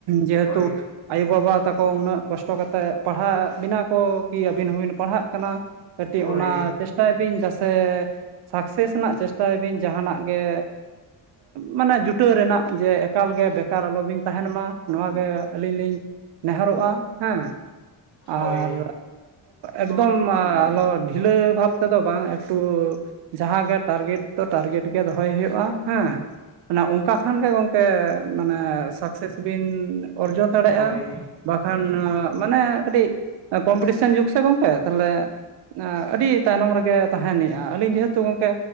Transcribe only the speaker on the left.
ᱦᱳᱭ
ᱦᱳᱭ
ᱦᱳᱭ
ᱦᱳᱭ